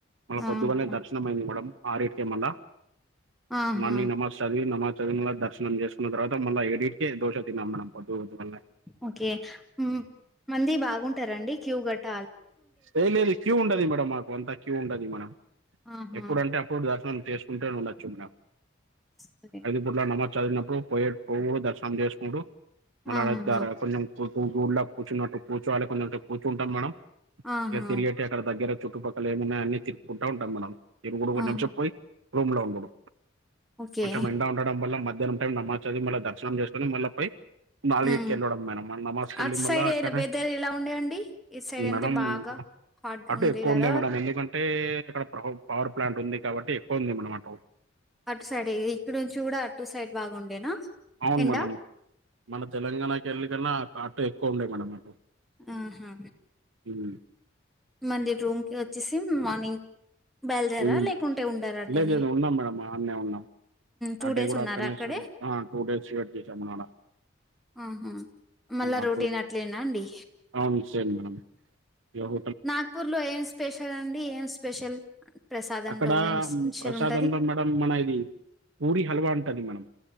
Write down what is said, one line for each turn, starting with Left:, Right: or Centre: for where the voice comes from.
Right: మళ్ళ
Centre: ఆహా
Right: పొద్దుగాల్నే దర్శనం అయింది మేడం, ఆరిటికే మల్ల,
Centre: ఆహా!
Right: మార్నింగ్ నమాజ్ చదివి నమాజ్ చదివిన దర్శనం చేసుకున్న తర్వాత మళ్ళ ఏడిటికే దోష తిన్నాం మేడం పొద్దు పొద్దుగల్నే
Centre: ఓకే ఉమ్ మంది బాగుంటరండి క్యూ గట్ట
Right: లేదు లేదు క్యూ ఉండది మేడమ్ మాక్ కొంత క్యూ ఉండది మేడం,
Centre: ఆహా
Right: ఎప్పుడంటే అప్పుడు దర్శనం చేసుకుంటనే ఉండొచ్చు మేడం.
Centre: సరే
Right: ఐదుపూట్ల నమజ్ చదివినప్పుడు పోయే పోవుడు దర్శనం చేసుకుడు. మళ్ళ
Centre: ఆహా
Right: <unintelligible> కొంచం కూళ్ళ కూర్చున్నట్టు కూర్చోవాలి, కొంచం అంత కూర్చుంటాం మేడం.
Centre: ఆహా
Right: ఇగ తిరిగేటి అక్కడ దగ్గర చుట్టుపక్కల ఏమన్నయన్నీ తిరుకుంటా ఉంటాం మేడం ఈ మూడు మూడు
Centre: ఆహా
Right: నిమిషం పోయి రూమ్ లో ఉండుడు
Centre: ఓకే
Right: కొంచం ఎండ ఉండడం వల్ల, మధ్యాహ్నం టైం నమాజ్ చదివి మళ్ళా దర్శనం చేసుకుని మల్ల పోయి నాలుగి
Centre: హ్మ్.
Right: టికి ఎల్లడం మేడం నమాజ్ కు
Centre: అటు
Right: వెళ్లి
Centre: సైడ్
Right: మల్ల అక్కడ
Centre: ఎలా వెదర్ ఎలా ఉండేయండి ఇటు సైడ్
Right: మే
Centre: అంటే
Right: మమ్ము
Centre: బాగా హాట్ గా
Right: అటు
Centre: ఉంది
Right: ఎక్కువ
Centre: కదా
Right: ఉండై మేడం ఎందుకం టే అక్కడ ప్లవ పవర్ ప్లాంట్ ఉంది కాబట్టి ఎక్కువ ఉంది మేడం అటు
Centre: అటు సైడ్ ఈ ఇక్కడ నుంచి గుడ అటు సైడ్ బాగుండేనా?
Right: అవును
Centre: ఎండ
Right: మేడం, మన తెలంగాణకెళ్ళి కన్నా ఆ ఆటు ఎక్కువ ఉండయి మేడం అటు
Centre: ఆహా
Right: ఉమ్
Centre: మంది రూమ్ కి వచ్చేసి మార్నింగ్ బయలుదేరా
Right: లేదు
Centre: లేకుంటే ఉండరా అట్టేనే
Right: లేదు ఉన్నాం మేడం ఆన్నే ఉన్నాం
Centre: టూ
Right: అ డే
Centre: డేస్
Right: కూడా
Centre: ఉన్నారా
Right: అక్కడనే
Centre: అక్కడే
Right: టూ డేస్ వెయిట్ చేసామున్నాడ.
Centre: ఆహా మళ్ళా
Right: <unintelligible>
Centre: రొటీన్ అట్లేనా అండి
Right: అవును సేమ్ మేడం ఎవర్
Centre: నాగ్పూర్ లో ఏం స్పెషల్ అండి ఏం స్పెషల్ ప్రసాదంలో
Right: అక్కడ
Centre: ఏం స్పెషల్
Right: ప్రసాదంలో
Centre: ఉంటది
Right: మేడం మన ఇది పూరి హల్వా ఉంటది మనం